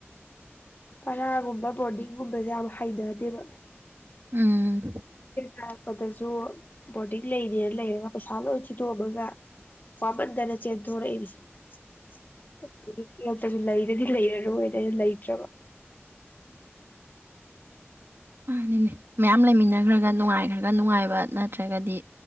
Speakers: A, on the left; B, on the right.
A: ꯄꯔꯥꯒꯨꯝꯕ ꯕꯣꯔꯗꯤꯡꯒꯨꯝꯕꯁꯦ ꯌꯥꯝ ꯍꯩꯊꯗꯦꯕ
B: ꯎꯝ
A: ꯇꯥꯔꯛꯄꯗꯁꯨ ꯕꯣꯔꯗꯤꯡ ꯂꯩꯅꯦꯅ ꯂꯩꯔꯒ ꯄꯩꯁꯥ ꯂꯣꯏ ꯊꯤꯗꯣꯛꯑꯃꯒ ꯋꯥꯃꯟꯗꯅ ꯆꯦꯟꯊꯣꯔꯛꯏꯁꯦ <unintelligible> ꯌꯛꯇꯁꯨ ꯂꯩꯗꯗꯤ ꯂꯩꯔꯔꯣꯏꯗ ꯑꯩꯅ ꯂꯩ ꯆꯕ
B: ꯅꯤꯅꯦ ꯃꯌꯥꯝ ꯂꯩꯃꯤꯟꯅꯈ꯭ꯔꯒ ꯅꯨꯡꯉꯥꯏꯈ꯭ꯔꯒ ꯅꯨꯡꯉꯥꯏꯕ ꯅꯠꯇ꯭ꯔꯒꯗꯤ